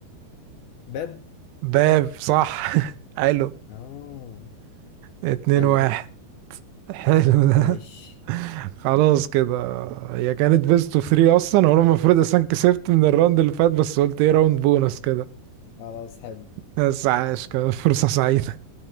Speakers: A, on the left; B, on the right.
A: باب
B: باب صح <laughs> حلو
A: اه
B: اتنين
A: حلو
B: واحد حلو ده
A: ماشي
B: <laughs> خلاص كده هي كانت بيست اوف 3 اصلا وانا المفروض اصلا كسبت من الراوند اللي فات بس قلت ايه راوند بونص كده
A: خلاص حلو
B: بس عاش كانت فرصة سعيدة